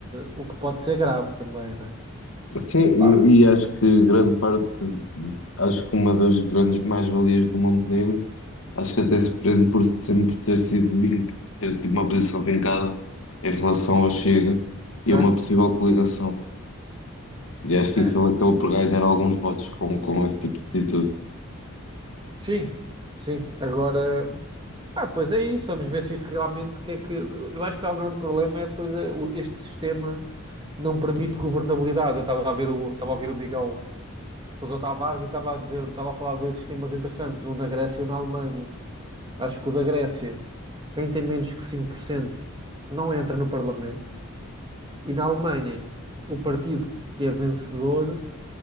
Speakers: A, on the right; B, on the left.
A: o que pode ser grave também, né?
B: Sim,
A: Epá,
B: e, e acho que grande parte, acho que uma das grandes mais-valias do Montenegro, acho que até se prende por sempre ter sido vin- ter tido uma posição vincada em relação ao Chega e
A: Exato.
B: a uma possível coligação. E acho que
A: É.
B: isso ele acaba por ganhar alguns votos com, com esse tipo de atitude.
A: Sim, sim. Agora, ah, pois é isso. Vamos ver se isto realmente o que é que. Eu acho que há um grande problema é depois é, o- este sistema não permite governabilidade. Eu estava a ver o, estava a ouvir o Miguel Sousa Tavares e estava a dizer, estava a falar de dois sistemas interessantes, um na Grécia e um na Alemanha. Acho que o da Grécia, quem tem menos que 5% não entra no Parlamento, e na Alemanha, o partido que é vencedor.